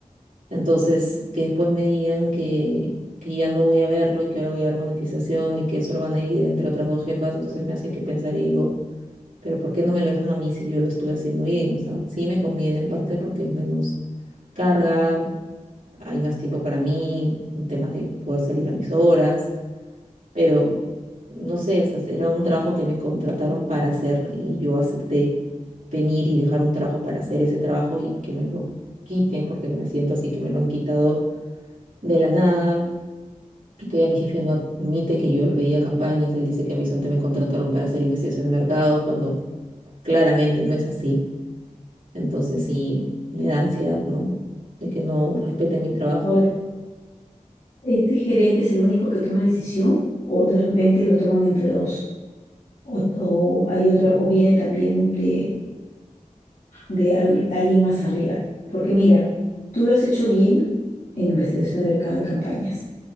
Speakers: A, on the right (about 90°); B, on the left (about 75°).
A: Entonces, que después me digan que, que ya no voy a verlo y que ahora voy a ver monetización y que eso lo van a dividir entre otras dos jefas, entonces me hace que pensar y digo, pero ¿por qué no me lo dejan a mí si yo lo estuve haciendo bien? O sea, sí me conviene en parte porque es menos carga, hay más tiempo para mí, en temas de poder salir a mis horas pero no sé, o sea, era un trabajo que me contrataron para hacer y yo acepté venir y dejar un trabajo para hacer ese trabajo y que me lo quiten porque me siento así que me lo han quitado de la nada. Y todavía mi jefe no admite que yo lo veía campañas, él dice que a mí solamente me contrataron para hacer investigación de mercado cuando claramente no es así. Entonces sí, me da ansiedad, ¿no? De que no respeten mi trabajo.
B: Ahora, ¿este gerente es el único que toma la decisión o de repente lo toman entre dos? O, o hay otra, o viene también de, de al- de alguien más arriba. Porque mira, tú lo has hecho bien en investigación de mercado y campañas.